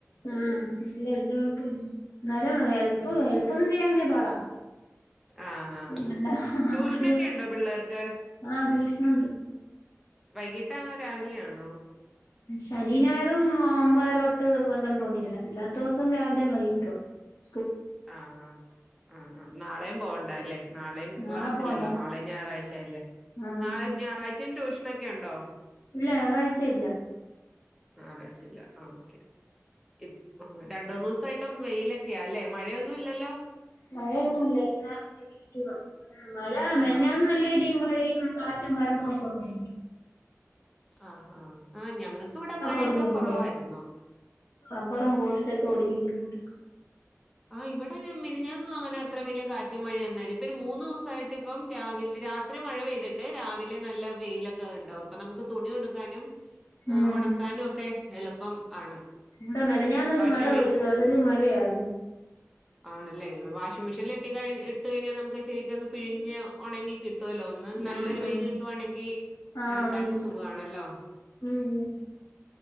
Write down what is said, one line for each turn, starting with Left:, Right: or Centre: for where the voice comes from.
Left: ആ ഇല്ല വല്യകൊഴപ്പവില്ല എന്നാലും ഹെല്പ്
Centre: ഉം
Left: ഹെല്പ് ഒന്നും ചെയ്യാൻ വല്യ പാടാ
Centre: ആ ആ
Left: നല്ല
Centre: ട്യൂഷനൊക്കെ
Left: ഒര്
Centre: ഉണ്ടോ പിള്ളേർക്ക്
Left: ആഹ് ട്യൂഷനൊണ്ട്
Centre: വൈകിട്ടാണോ രാവിലെ ആണോ
Left: ശനീം ഞായറും ഒമ്പതരോട്ട് പന്ത്രണ്ട് മണി വരെ അല്ലാത്ത ദിവസം രാവിലേം വൈകിട്ടും ആ
Centre: ആഹ് ആഹ് ആഹ് ആ നാളേം പോകണ്ടാ അല്ലേ നാളേം
Left: നാളെ
Centre: ക്ലാസ്സില്ലല്ലോ
Left: പോണ്ട
Centre: നാളേം ഞായറാഴ്ച അല്ലേ
Left: ആഹ്
Centre: നാളെ ഞായറാഴ്ചയും ട്യൂഷനൊക്കെ ഒണ്ടോ
Left: ഇല്ല ഞായറാഴ്ച ഇല്ല
Centre: ഞായറാഴ്ച്ച ഇല്ല ആ ഓക്കേ ഇപ്പ രണ്ടൂന്ന് ദിവസായിട്ടു വെയിലക്കയാ അല്ലെ മഴയൊന്നും ഇല്ലല്ലോ
Left: മഴയൊന്നും ഇല്ലേ ഇങ്ങന ഇരിക്കുന്നു മഴമെനഞ്ഞാന്ന്
Centre: ആ
Left: നല്ല ഇടീം മ മഴയും കാറ്റും കരണ്ടും ഒക്ക പോയാരുന്നു
Centre: ആ ഹാ ആ ഞങ്ങക്ക് ഇവിടെ മഴയൊക്കെ
Left: ഒടിഞ്ഞ് വീണു
Centre: കൊറവാരുന്നു
Left: ഇവിടെയൊക്കെ റബ്ബറും പോസ്റ്റ് ഒക്കെ ഒടിഞ്ഞ് വീണൂണ്ട്
Centre: ആ ഇവടെ ഈ മെനഞ്ഞാന്ന് അങ്ങനെ അത്ര വലിയ കാറ്റും മഴയും വന്നാര് ഇപ്പൊ ര് മൂന്ന് ദെവസായിട്ട് ഇപ്പം രാവിലെ രാത്രി മഴ പെയ്തിട്ട് രാവിലെ നല്ല വെയിലൊക്ക ഒണ്ടാവും അപ്പൊ നമുക്ക് തുണി കൊട്ക്കാനും ആ
Left: ഉം
Centre: ഒണക്കാനും ഒക്കെ എളുപ്പം ആണ്
Left: ഇവട മെനഞ്ഞാന്നൊരു
Centre: വാഷിംഗ്
Left: മഴ
Centre: മെഷീൻ
Left: പെയ്തു അതൊരു മഴയാരുന്നു
Centre: ആണല്ലേ വാഷിംഗ് മെഷീൻല് ഇട്ട് കഴി ഇട്ട് കഴിഞ്ഞാൽ നമുക്ക് ശരിക്കൊന്ന് പിഴിഞ്ഞാ ഒണങ്ങി കി കിട്ടോല്ലോ ഒന്ന് നല്ലൊരു
Left: ഉം
Centre: വെയില്
Left: ഉം
Centre: കിട്ടുവാണെങ്കി
Left: ആഹ്
Centre: ഒണക്കാനും
Left: മീൻ കിട്ടും
Centre: സുഖാണല്ലോ
Left: ഉം